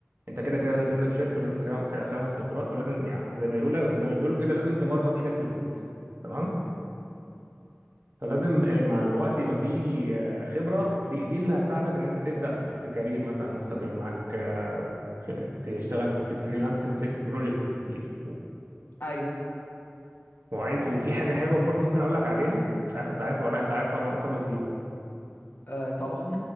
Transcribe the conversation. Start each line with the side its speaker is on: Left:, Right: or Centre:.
Right: انت كده كده لازم تنزل في شركة ولازم تكون تكون خبرات ولازم يعني زي ما يقولوا زي ما بيقولوا كده لازم تمرمط ايدك في الكود تمام فلازم مع الوقت يبقى فيه آه، خبرة دي دي اللي هتساعدك ان انت تبدأ في كارير مثلا نفسك يبقى معاك آه، خ- تشتغل في فريلانس تمسك بروجكتس كتير و-
Left: ايوه
Right: وعايز وفي حاجة حلوة برضه ممكن اقول لك عليها مش عارف انت عارفها ولا لأ، انت عارف طبعا أسامة زيرو
Left: آه طبعا